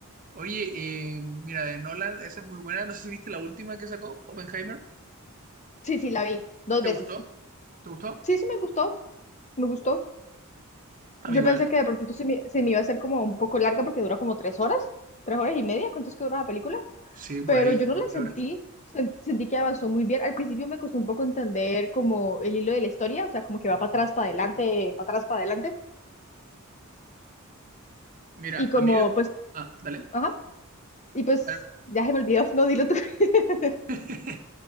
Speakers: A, on the right (about 40°); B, on the left (about 35°).
A: Oye, eh, mira, de Nolan, esa es muy buena. No sé si viste la última que sacó, Oppenheimer.
B: Sí, sí, la vi, dos
A: ¿Te
B: veces.
A: gustó? ¿Te gustó?
B: Sí, sí, me gustó, me gustó.
A: A
B: Yo
A: mí igual.
B: pensé que de pronto se me, se me iba a hacer como un poco larga porque dura como tres horas, tres horas y media, ¿cuánto es que dura la película?
A: Sí, por
B: pero
A: ahí
B: yo
A: como
B: no la
A: tres
B: sentí.
A: horas.
B: sen- Sentí que avanzó muy bien. Al principio me costó un poco entender como el hilo de la historia, o sea, como que va para atrás, para adelante, para atrás, para adelante.
A: Mira,
B: Y como,
A: a mí...
B: pues,
A: Ah, dale.
B: ajá. Y pues,
A: Dale.
B: ya se me olvidó, <laughs> no, dilo tú. <laughs>
A: <laughs>